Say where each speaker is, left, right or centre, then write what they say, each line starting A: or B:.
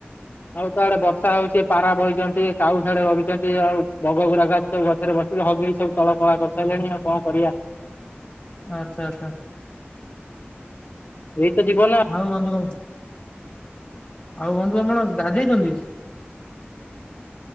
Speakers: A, on the left; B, on the left.
A: ଆଉ ତ ଏଆଡେ ବର୍ଷା ହଉଚି ପାରା ବଇଚନ୍ତି କାଉ ସେଡେ ରଗିଚନ୍ତି ଆଉ ବଗଗୁରା କ ସବୁ ଗଛରେ ବସିକି ହଗୁରି ସବୁ ତଳ କଳା କରିସାଇଲେଣି ଆଉ କଁ କରିଆ?
B: ଆଛା ଆଛା।
A: ଏଇ ତ ଯିବନ
B: ହଉ ବନ୍ଧୁ ରଉ ଆଉ ବନ୍ଧୁ ଆପଣ ଗାଧେଇଚନ୍ତି?